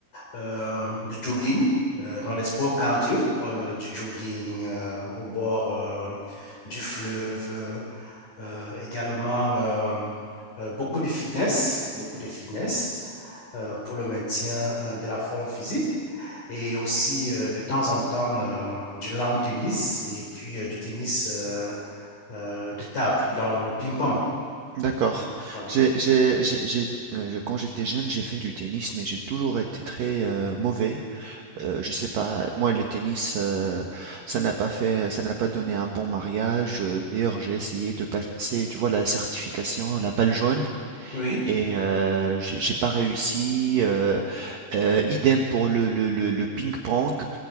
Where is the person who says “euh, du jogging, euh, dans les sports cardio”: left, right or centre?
Left